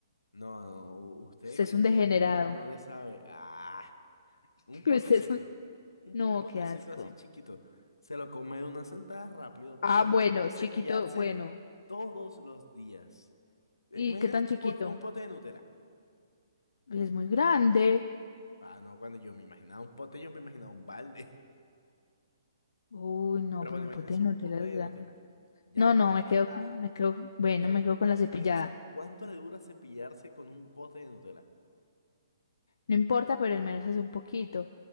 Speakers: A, on the left; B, on the left.
A: No, no, u- usted
B: usted
A: que,
B: es un degenerado.
A: que no, no, no le sabe. Ah.
B: <laughs>
A: Un potecito.
B: Usted es un-
A: Un,
B: No,
A: un potecito
B: qué asco.
A: así chiquito. Se lo come de una sentada rápido,
B: Ah,
A: pero imagínate
B: bueno,
A: cepillarse
B: chiquito, bueno.
A: todos los días. Eh,
B: ¿Y
A: Imagínate
B: qué tan chiquito?
A: un, pot- un pote de Nutella.
B: Es muy grande.
A: Ah, no, cuando yo me imaginaba un pote, yo me imaginaba un balde.
B: Uy,
A: <laughs>
B: no,
A: Pero
B: pero
A: bueno,
B: un
A: imagínense
B: pote de Nutella
A: un pote
B: es
A: de
B: grande.
A: Nutella. Ya
B: No,
A: una
B: no, me
A: sentada.
B: quedo, con- me quedo, bueno,
A: Pero
B: me quedo con la cepillada.
A: oh, imagínense cuánto le dura cepillarse con un pote de Nutella.
B: No importa, pero al menos hace un poquito,